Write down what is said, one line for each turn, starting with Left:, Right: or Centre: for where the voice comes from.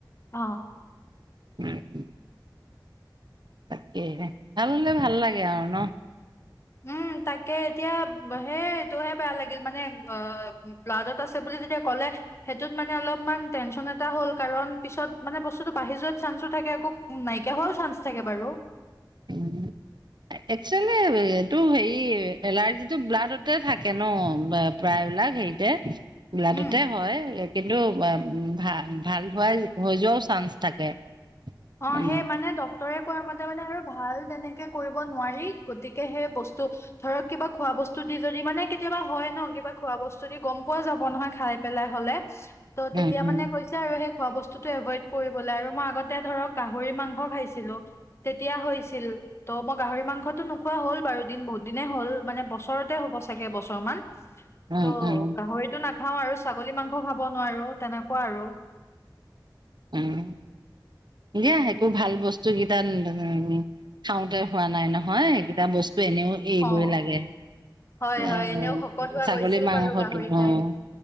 Left: অ।
Right: <unintelligible> তাকেহে। ভাল হ'লে লাগে আৰু ন।
Left: উম, তাকে এতিয়াব সেই টোহে বেয়া লাগিল মানে অ ব্লাডত আছে বুলি যেতিয়া ক'লে। সেইটোত মানে অলপমান টেনচন এটা হ'ল, কাৰণ পিছত মানে বস্তুটো বাঢ়ি যোৱাত চান্সো থাকে। আকৌ উম, নাইকিয়া হোৱাও চান্স থাকে বাৰু।
Right: উম, উম। একচুৱেলি এইটো হেৰি এলাৰ্জিটো ব্লাডতে থাকে ন? বা প্ৰায়বিলাক হেৰিতে ব্লাডতে
Left: উম
Right: হয়। এ কিন্তু ভা-ভাল হোৱাৰ হৈ যোৱাও চান্স থাকে।
Left: অ',
Right: উম
Left: সেই মানে ডক্তৰে কোৱা মতে মানে আৰু ভাল তেনেকে কৰিব নোৱাৰি, গতিকে সেই বস্তু ধৰক কিবা খোৱা বস্তু দি যদি মানে কেতিয়াবা হয় ন, কিবা খোৱা বস্তু দি গম পোৱা যাব নহয় খাই পেলাই হ'লে। ত'
Right: উম
Left: তেতিয়া
Right: উম
Left: মানে কৈছে আৰু সেই খোৱা বস্তুটো এভইদ কৰিবলে আৰু মই আগত তে ধৰক গাহৰি মাংস খাইছিলো, তেতিয়া হৈছিল। ত' মই গাহৰি মাংসটো নোখোৱা হ'ল বাৰু দিন বহুত দিনে হ'ল, মানে বছৰতে হ'ব চাগে এবছৰ মান।
Right: <inaudible>
Left: ত'
Right: উম
Left: গাহৰিটো নাখাও আৰু ছাগলী মাংস খাব নোৱাৰো, তেনেকুৱা আৰু।
Right: উম, দিয়া সেইটো ভাল বস্তু কেইটা <unintelligible> খাওঁতে হোৱা নাই নহয়, সেইকেইটা বস্তু এনেও এৰিবই
Left: অ
Right: লাগে।
Left: হয় হয়
Right: এ
Left: এনেও শকত হোৱা
Right: ছাগলীৰ
Left: গৈছিল
Right: মাংসটো
Left: বাৰু গাহৰি খাই
Right: অ'।